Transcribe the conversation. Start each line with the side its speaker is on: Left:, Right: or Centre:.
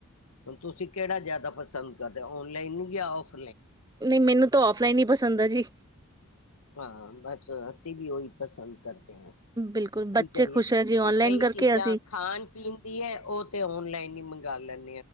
Left: ਹੁਣ ਤੁਸੀਂ ਕਿਹੜਾ ਜਿਆਦਾ ਪ ਪਸੰਦ ਕਰਦੇ ਔਨਲਾਈਨ ਗਿਆ ਔਫ
Right: ਨਹੀਂ ਮੈਨੂੰ ਤਾਂ ਔਫਲਾਈਨ ਹੀ ਪਸੰਦ ਹੈ ਜੀ।
Left: ਹਾਂ ਬਸ ਅਸੀਂ ਵੀ ਉਹੀ ਪਸੰਦ ਕਰਦੇ। ਹਣ
Right: ਬਿਲਕੁਲ
Left: ਕੀ
Right: ਬੱਚੇ
Left: ਕਰੀਏ
Right: ਖੁਸ਼ ਹੈ ਜੀ ਔਨਲਾਈਨ
Left: ਹੁਣ ਕਈ
Right: ਕਰਕੇ
Left: ਚੀਜ਼ਾਂ
Right: ਅਸੀਂ
Left: ਖਾਣ ਪੀਣ ਦੀ ਹੈ ਉਹ ਤੇ ਔਨਲਾਈਨ ਹੀ ਮੰਗੀ ਕਰ ਲੈਣ